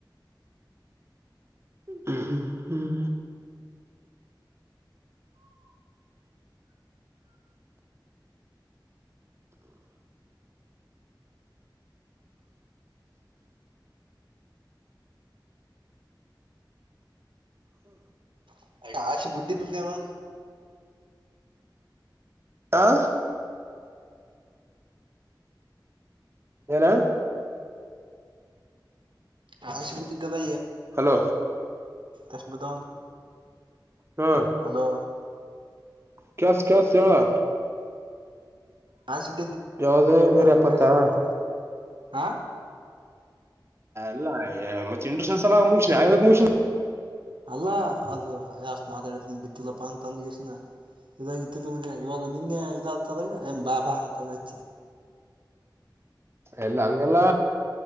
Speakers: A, on the right; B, on the right.
A: ಹ್ಮ ಹ್ಮ್
B: <unintelligible>
A: ಆ ಏನ
B: ಹಾಷ ಬುದ್ಧಿದಲ್ಲ
A: ಹಲೋ
B: ಅಷ್ಟು ಬಿದ್ದವ
A: ಹಾ
B: ಹಲೋ
A: ಕ ಸ ಕ ಸಳ <unintelligible>
B: ಹಾ -ಶಿ-
A: ಯಾವ್ದು ನೂರ ಎಪ್ಪತ್ತಾ
B: ಇಂಟ್ರಸ್ಟ- ಹಾ
A: ಲ್ಲ ಮತ್ತೆ ಇಂಡ್ರಸ್ನ್ಸ್ಲ ಮುಗಿನ ಯಾಗ ಮುಗಿನ <unintelligible>
B: ಅಲ್ಲಾ ಅದು ಯಷ್ಟ್ ಮಾತಾಡಿದ್ರ ಬಿದ್ದಿಲ್ಲಪ್ಪಾ ಅಂತ ಅಂದ ಇಷ್ಟನ ಇದಾಗಿತ್ತು ನನ್ಗೆ ಇವಾಗ ನಿನ್ನೆ ಇದಾದತದ -ಎ ಬಾಬಾ ಅಂತಂದು ಹಚ್ಚಿ
A: ಎಲ್ಲ ಹಂಗಲ್ಲ